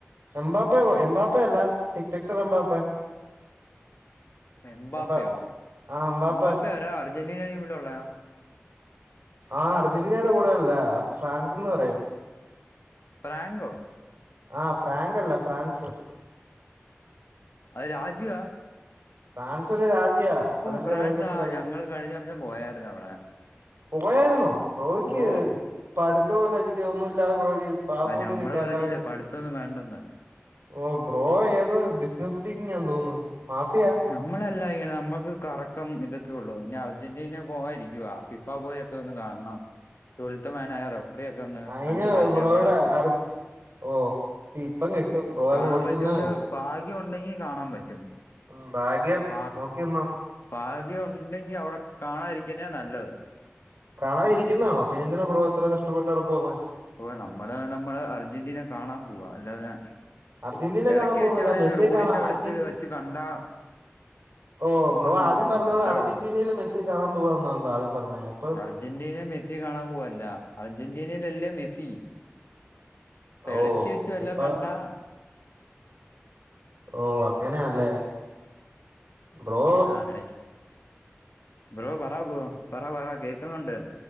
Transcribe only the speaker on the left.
എംബാപ്പയോ
എംബാപ്പ ആരാ അർജന്റീന ടീമിലൊളളയാ
പ്രാങ്കോ?
ഹലോ രാജീവാ
ഫ്രാൻസ്
ആ
ഞങ്ങള് കഴിഞ്ഞ വർഷം പോയായിര്ന്നു അവിടെ.
ഓ
ആ ഞാൻമ്മള്
പറഞ്ഞില്ലേ പടീത്തൊന്നും വേണ്ടെന്ന്
നമ്മളല്ല ഇങ്ങനെ നമ്മുക്ക് കറക്കം ഇതൊക്കെയള്ളൂ ഇനി അർജന്റീന പോകാണിരിക്കുവാ ഫിഫാ ബോയ് ഒക്കെതന്ന് കാൺണം ട്വൽത്ത് മാൻ ആയ റ <unintelligible> ഒന്ന്
കണ്ടു പരിചയപ്പെടാൻ
കാണാൻ
പറ്റുമന്ന്
ഭാഗ്യം ഉണ്ടെങ്കി കാണാൻ പറ്റും
ഭാ
ഭാഗ്യം ഉണ്ടെങ്കി അവളെകാണാതിരിക്കുന്ന നല്ലത്
ഓ നമ്മള് നമ്മള് അർജന്റീന കാണാൻ പോവാ അല്ലാതെ
ഇടക്ക്
വെച്ച് എവിടെെിലും
റോഡിന്റെ
അവിടുത്ത്
വെച്ച് കണ്ടാ
ഒന്ന്
നോക്കും
അത്രേ
ഉള്ളൂ
അർജന്റീന മെസ്സി കാണാൻ പോവല്ല അർജന്റീനയിലല്ലേ മെസ്സി
ഇടക്ക് വെച്ച
വല്ലോ കണ്ടാ
ആ ഇടയ്ക്ക് ബ്രോ പറ ബ്രോ പറ പറ കേക്കുന്നുണ്ട്